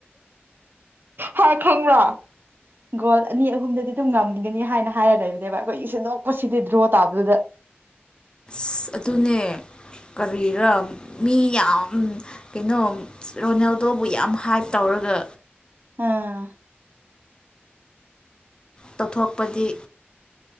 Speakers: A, on the right; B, on the left.
A: ꯍꯥꯥ ꯈꯃꯅꯥ ꯒꯗ ꯑꯅꯤ ꯑꯍꯨꯝꯗ ꯑꯗꯨ ꯉꯝꯒꯅꯤ ꯍꯥꯏꯅ ꯍꯥꯏꯔ ꯂꯩꯕꯅꯦꯕ ꯑꯩꯈꯣꯏꯒꯤꯁꯦ ꯅꯣꯛꯄꯁꯤꯗꯤ ꯗ꯭ꯔꯣ ꯇꯥꯕꯗꯨꯗ
B: ꯑꯁ ꯑꯗꯨꯅꯦ ꯀꯔꯤꯔꯥ ꯃꯤ ꯌꯥꯝ ꯀꯩꯅꯣ ꯔꯣꯅꯦꯜꯗꯣꯕꯨ ꯌꯥꯝ ꯍꯥꯏꯞ ꯇꯧꯔꯒ
A: ꯑꯥ
B: ꯇꯧꯊꯣꯛꯄꯗꯤ